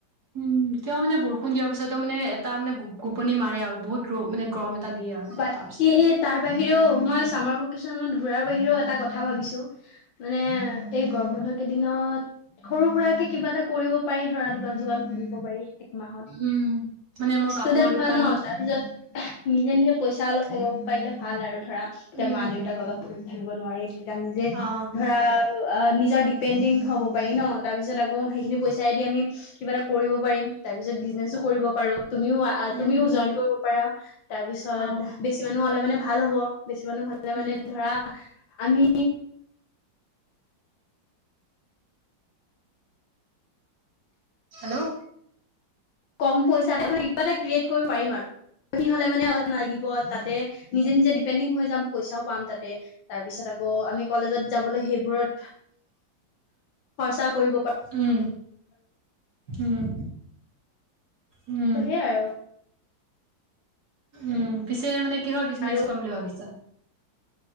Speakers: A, on the right (about 55°); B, on the left (about 75°).
A: উম, কিয় মানে বৰষুণ দিয়াৰ পিছত ত' মানে এটা মানে গুপ গুপনি মাৰে আৰু বহুত ৰ' মানে গৰম এটা দিয়ে আৰু
B: বাকী
A: তাৰপিছতো
B: তাৰ বাহিৰেও মই চামাৰ ভেকেশ্যচনত ঘূৰাৰ বাহিৰেও এটা কথা ভাবিছো। মানে এই গৰম বন্ধ কেইদিনত সৰু সুৰাৰাকে কিবা এটা কৰিব পাৰি, ধৰা দোকান চোকান খুলিব পাৰি। মাহত,
A: উম মানে মোৰ
B: ষ্টুডেন্ট
A: কাপোৰৰ দোকান
B: হয় ন, তাৰপিছত নিজে, নিজে পইচা অলপ কমাব পাৰিলে ভাল আৰু ধৰা, তে
A: উম
B: মা দেউতাক অলপ থাকিব নোৱাৰি তেতিয়া নিজে
A: অ
B: ধৰা নিজৰ ডিপেণ্ডিং হ'ব পাৰি ন, তাৰ পিছত আকৌ সেইখিনি পইচাই দি আমি কিবা এটা কৰিব পাৰিম। তাৰপিছত বিজনেছো কৰিব পাৰো। তুমিও
A: উম
B: তুমিও জইন কৰিব পাৰা। তাৰপিছত
A: অ
B: বেছি মানুহ হ'লে মানে ভাল হ'ব। বেছি মানুহ হ'লে মানে
A: উম
B: ধৰা আমি
A: হেল্ল'?
B: ক'ম পইচাটে কিবা এটা ক্ৰিয়েট কৰিব পাৰিম আৰু। কি হ'লে মানে লাগিব তাতে, নিজে নিজে ডিপেণ্ডিং হৈ যাম পইচাও পাম তাতে। তাৰপিছত আকৌ আমি কলেজত যাবলৈ সেইবোৰত খৰ্চা কৰিব পাৰ
A: উম, উম, উম।
B: ত, সে আৰু।
A: উম, পিছে মানে কিহৰ বিজনেছ
B: আৰু
A: কৰিম বুলি ভাবিছা।